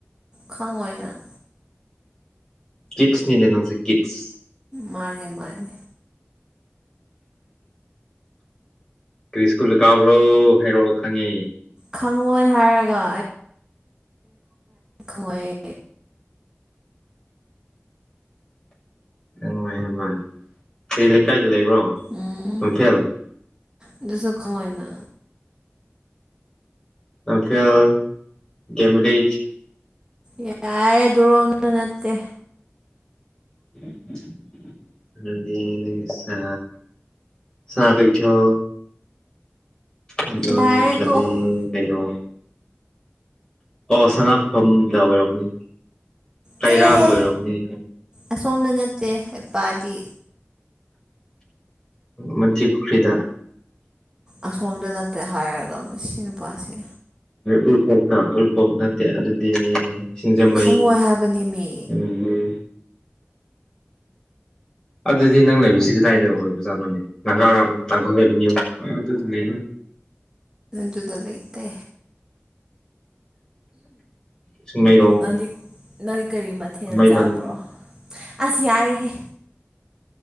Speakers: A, on the right; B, on the left.
A: ꯈꯪꯡꯉꫭꯏ ꯅꯪ
B: ꯀꯤꯠꯁꯅꯤꯅꯦ ꯅꯪꯁꯦ ꯀꯤꯠꯁ
A: ꯃꯥꯅꯦ ꯃꯥꯅꯦ
B: ꯀꯔꯤ ꯁ꯭ꯀꯨꯜꯗ ꯀꯥꯕ꯭ꯔꯣ ꯍꯥꯏꯔꯛꯑꯣ ꯈꯪꯉꯦ
A: ꯈꯪꯉꯣꯏ ꯍꯥꯏꯔꯒ ꯈꯪꯉꫭꯏ
B: ꯎꯋꯦꯍꯥꯏꯕ ꯀꯔꯤ ꯂꯩꯀꯥꯏꯗ ꯂꯩꯕ꯭ꯔꯣ
A: ꯎꯝ
B: ꯂꯝꯐꯦꯜ
A: ꯑꯗꯨꯁꯨ ꯀꯃꯥꯏꯅ
B: ꯂꯝꯐꯦꯜ ꯒꯦꯃꯦꯔꯤ
A: ꯌꯥꯔꯦ ꯑꯗꯨꯔꯣꯅ ꯅꯠꯇꯦ
B: <unintelligible> ꯑꯗꯨꯗꯤ ꯅꯪꯁꯦ ꯁꯅꯀꯩꯊꯦꯜ ꯑꯗꯨ
A: ꯌꯥꯔꯦ
B: ꯅꯠꯇ꯭ꯔꯗꯤ
A: ꯇꯣꯛꯑꯣ
B: ꯀꯩꯅꯣ ꯑꯣ ꯁꯉꯥꯛꯐꯝꯗ ꯑꯣꯏꯔꯝꯃꯅꯤ ꯀꯩꯔꯥꯡꯗ
A: ꯆꯠꯂꯍꯦ
B: ꯑꯣꯏꯔꯝꯅꯤ
A: ꯑꯁꯣꯝꯗ ꯅꯠꯇꯦ ꯍꯩꯄꯥꯗꯤ
B: ꯃꯟꯇꯔꯤꯄꯨꯈ꯭ꯔꯤꯗ
A: ꯑꯁꯣꯝꯗ ꯅꯠꯇꯦ ꯍꯥꯏꯔꯒ ꯃꯁꯤ ꯅꯨꯄꯥꯁꯦ
B: ꯎꯔꯤꯄꯣꯛꯇ ꯎꯔꯤꯄꯣꯛ ꯅꯠꯇꯦ ꯑꯗꯨꯗꯤ ꯁꯤꯡꯖꯃꯩ
A: ꯈꯪꯉꯣꯏ ꯍꯥꯏꯕꯅꯤ ꯃꯤ
B: ꯎꯝꯝ ꯑꯗꯨꯗꯤ ꯅꯪꯅ ꯂꯩꯕꯁꯤ ꯀꯗꯥꯏꯗ ꯑꯣꯏꯣꯏꯕꯖꯥꯠꯅꯣꯅꯦ ꯪꯅꯒꯥꯔꯥꯝ ꯇꯥꯡꯈꯜ ꯑꯦꯚꯦꯅ꯭ꯌꯨ ꯑꯗꯨꯗꯤ
A: ꯗꯨꯗ ꯂꯩꯩꯇꯦ
B: ꯆꯤꯡꯃꯩꯔꯣꯡ
A: ꯅꯪꯗꯤ ꯅꯪꯒꯤ ꯀꯔꯤ ꯃꯊꯦꯜ
B: ꯊꯥꯡꯃꯩꯕꯟ
A: ꯆꯥꯕ꯭ꯔꯣ ꯑꯁ ꯌꯥꯔꯍꯦ